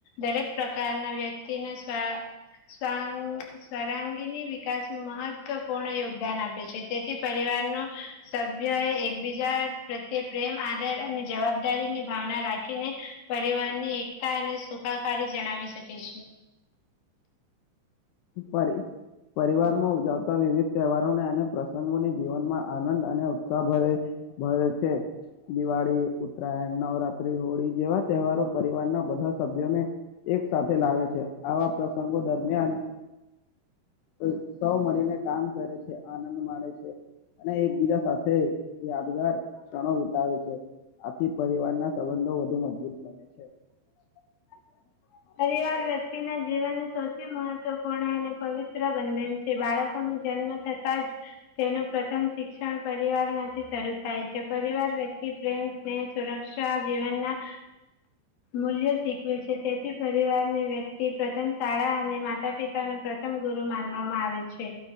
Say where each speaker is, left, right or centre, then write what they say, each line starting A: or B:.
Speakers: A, on the left; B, on the left.
A: દરેક પ્રકારના વ્યક્તિને સ્વા સ્વાન્ગ સરાંગીની વિકાસ મહત્વપૂર્ણ યોગ દાન આપે છે તેથી પરિવારનો સભ્ય એ એકબીજા પ્રત્યે પ્રેમ, આદર અને જવાબદારીની ભાવના રાખીને પરિવહનની એકતા અને સુખાકારી જણાવી શકે છે.
B: પડે પરિવાર માં ઉજવતા વિવિધ તહેવારોને અને પ્રસંગોની જીવનમાં આનંદ અને ઉત્સાહ ભરે છ. ભરે છે. દિવાળી, ઉત્તરાયણ, નવરાત્રી, હોળી જેવા તહેવારો પરિવારના બધા સભ્યોને એક સાથે લાવે છે આવા પ્રસંગો દરમિયાન ઐ સૌ મળીને કામ કરે છે આનંદ માને છે. અને એકબીજા સાથે યાદગાર ક્ષણો વિતાવે છે. આથી પરિવાર ના સંબંધો વધુ મજબૂત બને છે. <unintelligible>
A: પરિવાર વ્યક્તિના જીવનનું સૌથી મહત્વપૂર્ણ અને પવિત્ર બંધન છે બાળકોને જન્મ થતા જ તેનું પ્રથમ શિક્ષણ પરિવાર માંથી શરૂ થાય છે પરિવાર વ્યક્તિ પ્રેમ તે સુરક્ષા જીવનના મૂલ્યો શીખવે છે. તે પરિવારની વ્યક્તિ પ્રથમ શાળા અને માતા પિતા નું પ્રથમ ગુરુ માનવામાં આવે છે.